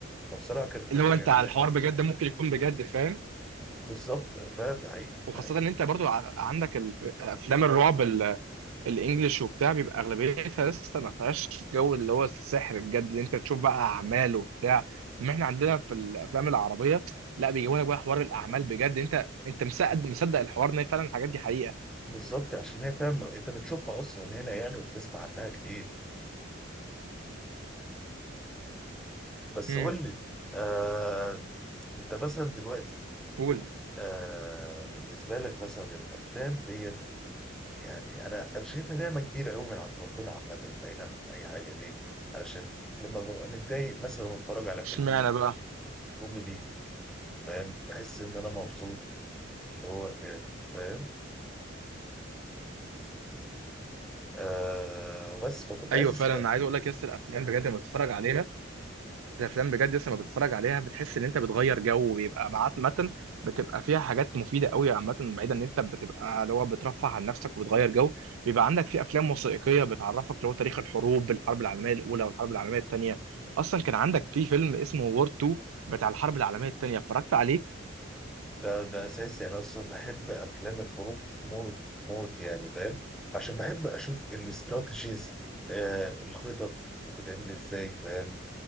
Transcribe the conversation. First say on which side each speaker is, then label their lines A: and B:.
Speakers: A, in the centre; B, on the right.
A: فبصراحه كانت فكره
B: اللي هو انت
A: جميله
B: على الحوار
A: قوي
B: بجد
A: بصراحه
B: ممكن يكون بجد فاهم
A: بالظبط فاهم ده حقيقي
B: وخاصة
A: ده حقيقي
B: ان انت برضو ع- عندك ال- افلام الرعب ال- الانجليش وبتاع بيبقى اغلبيتها لسه ما فيهاش جو اللي هو السحر بجد اللي انت تشوف بقى اعمال وبتاع ما احنا عندنا في الافلام العربية لا بيجيبوا لك بقى حوار الاعمال بجد انت انت مصدق مصدق الحوار ان فعلا الحاجات دي حقيقة
A: بالظبط عشان هي فاهم انت بتشوفها اصلا هنا يعني وبتسمع عنها كتير بس
B: مم.
A: قول لي آه انت مثلا دلوقتي
B: قول
A: آه بالنسبه لك مثلا الافلام ديت يعني انا انا شايفها نعمه كبيره قوي من عند ربنا عامه بعيدا عن اي حاجه ليه؟ علشان لما ببقى متضايق مثلا واتفرج على
B: اشمعنى
A: فيلم مثلا
B: بقى
A: كوميدي فاهم بحس ان انا مبسوط اللي هو يعني فاهم آه بس فكنت
B: ايوه
A: عايز اسال
B: فعلا انا عايز اقول لك يس الافلام بجد لما بتتفرج عليها الافلام بجد يس لما بتتفرج عليها بتحس ان انت بتغير جو ويبقى معاك متن بتبقى فيها حاجات مفيده قوي عامه بعيدا ان انت بتبقى اللي هو بترفه عن نفسك وبتغير جو بيبقى عندك في افلام وثائقيه بتعرفك اللي هو تاريخ الحروب الحرب العالميه الاولى والحرب العالميه الثانيه اصلا كان عندك في فيلم اسمه وور 2 بتاع الحرب العالميه الثانيه اتفرجت عليه
A: ده ده اساسي انا اصلا بحب افلام الحروب موت موت يعني فاهم عشان بحب اشوف الاستراتيجيز آه الخطط بتتعمل ازاي فاهم